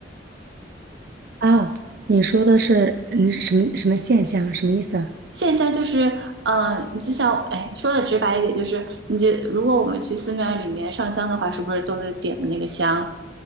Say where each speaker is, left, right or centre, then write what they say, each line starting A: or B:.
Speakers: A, on the right; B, on the right.
A: 啊，你说的是嗯什么什么现象？什么意思啊？
B: 线香就是，嗯、你就像，哎，说的直白一点，就是你就如果我们去寺庙里面上香的话，是不是都是点的那个香？